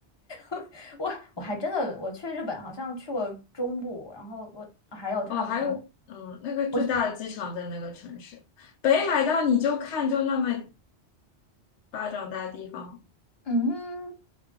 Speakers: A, on the left; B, on the left.
A: <laughs> 我我还真的我去日本好像去过中部，然后我还有他我
B: 哦，还有嗯，那个最大的机场在那个城市。
A: 我
B: 北海道你就看就那么巴掌大地方，
A: 嗯，